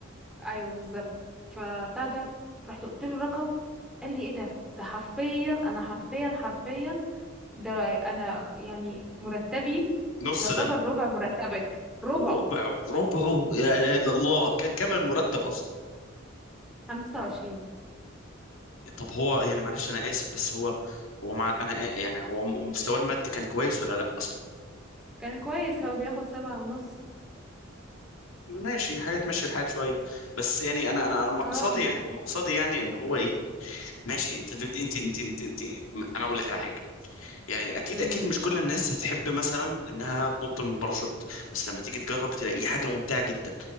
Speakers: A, in the centre; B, on the left.
A: ايوه بالظبط فبتاع ده رحت قلت له الرقم قال لي ايه ده ده حرفيا انا حرفيا حرفيا ده انا يعني مرتبي
B: نص
A: يعتبر
B: ده
A: ربع مرتبك ربعه
B: ربعه ربعه يا إله إلا الله كان كمان مرتب
A: 25
B: طب هو يعني معلش انا اسف بس هو هو مع انا آ- يعني هو م- مستواه المادي كان كويس ولا لا اصلا
A: كان كويس هو بياخد سبعة ونص
B: ماشي حاجه تمشي الحال شويه بس يعني انا
A: اه
B: انا مقصدي مقصدي يعني ان هو ايه ماشي انت انت انت انت, انت, انت انا اقول لك على حاجه يعني اكيد
A: امم
B: اكيد مش كل الناس هتحب مثلا انها تنط من باراشوت بس لما تيجي تجرب تلاقيه حاجه ممتعه جدا